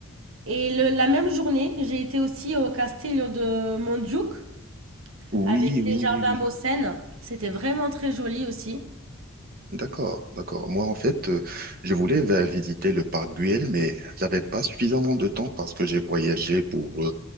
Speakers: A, on the right (about 70°); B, on the right (about 45°).
A: Et le- la même journée, j'ai été aussi au Castello de Montjuïc
B: Oui,
A: avec les
B: oui,
A: jardins
B: oui, oui.
A: Mossen. C'était vraiment très joli aussi.
B: D'accord, d'accord. Moi, en fait, euh, je voulais euh, visiter le parc Güell, mais j'avais pas suffisamment de temps parce que j'ai voyagé pour euh,